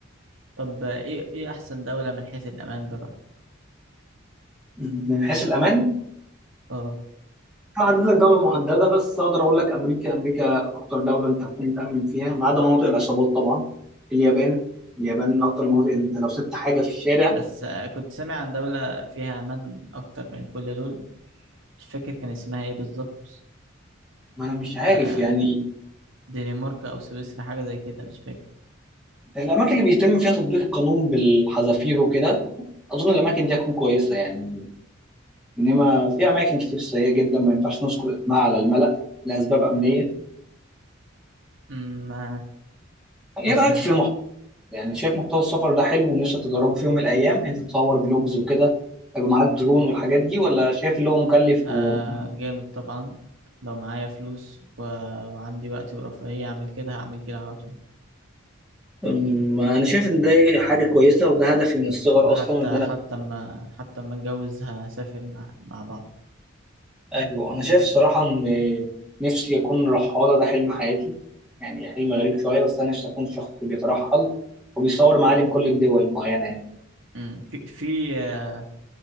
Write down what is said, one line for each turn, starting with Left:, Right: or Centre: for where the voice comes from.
Right: طب إيه إيه أحسن دولة من حيث الأمان برأيك؟
Centre: من حيث الأمان
Right: أه
Centre: أنا عدد لك دولة محددة بس أقدر أقول لك أمريكا أمريكا أكتر دولة أنت هتكون متأمن فيها ما عدا مناطق العصابات طبعا اليابان اليابان من أكتر المناطق أنت لو سبت حاجة في الشارع
Right: بس آه، كنت سامع عن دولة فيها أمان أكتر من كل دول مش فاكر كان اسمها إيه بالظبط
Centre: ما أنا مش عارف
Right: آه،
Centre: يعني
Right: دنمارك أو سويسرا حاجة زي كده مش فاكر
Centre: الأماكن اللي بيتم فيها تطبيق القانون بالحذافير وكده أظن الأماكن دي هتكون كويسة يعني انما في اماكن كتير سيئه جدا ما ينفعش نذكر اسمها على الملأ لاسباب امنيه
Right: م، آه،
Centre: ايه
Right: مثلا
Centre: رايك في محتوى يعني شايف محتوى السفر ده حلو ونفسك تجربه في يوم من الايام انت تصور فلوجز وكده يبقى معاك درون والحاجات دي ولا شايف اللي هو مكلف
Right: آه
Centre: و...
Right: جامد طبعا لو معايا فلوس و... وعندي وقت ورفاهية أعمل كده هعمل كده على طول
Centre: أمم، انا شايف ان ده حاجه كويسه وده هدفي من الصغر
Right: وحتى
Centre: اصلا ان انا
Right: حتى ما حتى ما أتجوز هسافر مع مع بعض
Centre: ايوه انا شايف الصراحه ان نفسي اكون رحاله ده حلم حياتي يعني حلم غريب شويه بس انا نفسي اكون شخص بيترحل وبيصور معالم كل الدول المعينه يعني
Right: مم. في في آه،